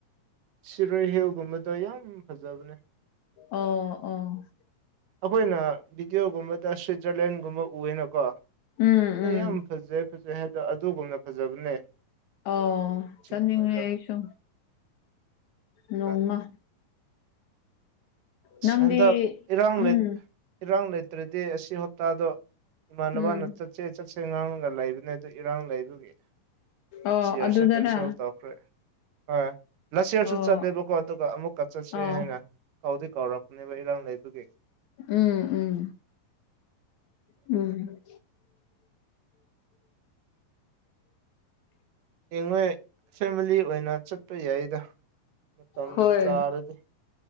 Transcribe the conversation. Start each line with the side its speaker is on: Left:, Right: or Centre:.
Right: ꯁꯤꯔꯣꯏ ꯍꯤꯜꯒꯨꯝꯕꯗꯣ ꯌꯥꯝ ꯐꯖꯕꯅꯦ
Left: ꯑꯣ ꯑꯣ
Right: ꯑꯩꯈꯣꯏꯅ ꯕꯤꯗꯤꯑꯣꯒꯨꯝꯕꯗ ꯁ꯭ꯋꯤꯖꯔꯂꯦꯟꯒꯨꯝꯕ ꯎꯌꯦꯅꯀꯣ
Left: ꯎꯝ
Right: ꯑꯗꯣ
Left: ꯎꯝ
Right: ꯌꯥꯝ ꯐꯖꯩ ꯐꯖꯩ ꯍꯥꯏꯗ‌ꯣ ꯑꯗꯨꯒꯨꯝꯅ ꯐꯖꯕꯅꯦ
Left: ꯑꯣ
Right: ꯆꯤꯡꯈꯣꯏꯗꯣ
Left: ꯆꯠꯅꯤꯡꯉꯦ ꯑꯩ ꯁꯨ꯫ ꯅꯣꯡꯃ
Right: ꯑꯁ
Left: ꯅꯪꯗꯤ
Right: ꯍꯟꯗꯛ ꯏꯔꯥꯡ ꯂꯩ
Left: ꯎꯝ
Right: ꯏꯔꯥꯡ ꯂꯩꯇ꯭ꯔꯗꯤ ꯑꯁꯤ ꯍꯞꯇꯥꯗꯣ ꯏꯃꯥꯟꯅꯕꯅ
Left: ꯎꯝ
Right: ꯆꯠꯁꯦ ꯆꯠꯁꯦ ꯉꯥꯡꯉꯒ ꯂꯩꯕꯅꯦ ꯗ‌ꯣ ꯏꯔꯥꯡ ꯂꯩꯕꯒꯤ
Left: ꯑꯣ
Right: ꯁꯤꯌꯔꯁꯦ
Left: ꯑꯗꯨꯅꯔꯥ
Right: ꯀꯦꯟꯁꯦꯜ ꯍꯣꯏ ꯉꯁꯤꯁꯨ
Left: ꯑꯣ
Right: ꯆꯠꯂꯦꯕꯀꯣ ꯑꯗꯨꯒ ꯑꯃꯨꯛꯀ ꯆꯠꯁꯦ
Left: ꯑꯣ
Right: ꯍꯥꯏꯅ ꯀꯧ ꯀꯧꯔꯛꯄꯅꯦꯕ ꯏꯔꯥꯡ ꯂꯩꯕꯒꯤ
Left: ꯎꯝ ꯎꯝ ꯎꯝ
Right: ꯍꯌꯦꯡ ꯅꯣꯏ ꯐꯦꯃꯂꯤ ꯑꯣꯏꯅ ꯆꯠꯄ ꯌꯥꯏꯗ꯫ ꯃꯇꯝ
Left: ꯍꯣꯏ
Right: ꯆꯥꯔꯗꯤ